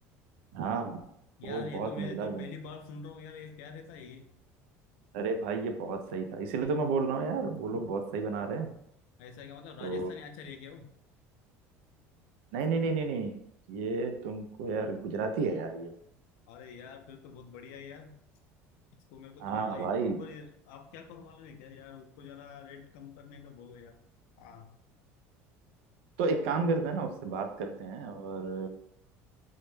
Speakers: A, on the right; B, on the left.
A: हाँ
B: यार
A: वो
B: ये
A: बहुत
B: तो मैं
A: मजेदार
B: तो
A: बनती
B: पहली बार सुन रहा हूँ यार ये क्या रहता है ये
A: अरे भाई ये बहुत सही था इसीलिए तो मैं बोल रहा हूँ यार वो लोग बहुत सही बना रहे हैं
B: ऐसा है क्या मतलब राजस्थानी
A: तो
B: आचार है क्या वो
A: नहीं नहीं नहीं नहीं नहीं ये तुमको यार गुजराती है यार ये
B: अरे यार फिर तो बहुत बढ़िया है यार इसको मेरे को तो
A: हाँ
B: लगता है
A: भाई
B: पर ये- आप क्या करो मालूम है क्या यार उसको जरा रेट कम करने का बोलो यार हाँ
A: तो एक काम करते हैं ना उससे बात करते हैं और